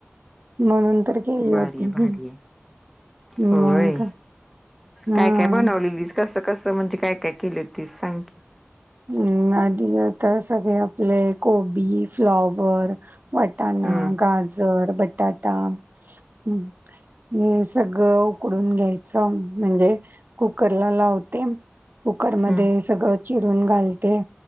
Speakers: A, on the right (about 45°); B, in the centre.
A: म्हणून तर केली
B: भारी
A: होती.
B: ये, भारी,
A: हं.
B: ये,
A: मग
B: होय
A: हां.
B: काय काय बनवलेली दिसते. कसं कसं म्हणजे काय काय केली ते, सांग की.
A: हं. आधी आता सगळे आपले कोबी फ्लॉवर वाटाणा.
B: हं.
A: गाजर बटाटा ह. हे सगळं उकडून घ्यायचं म्हणजे कुकरला लावते. कुकरमध्ये
B: हम्म
A: सगळं. ह, 'घालते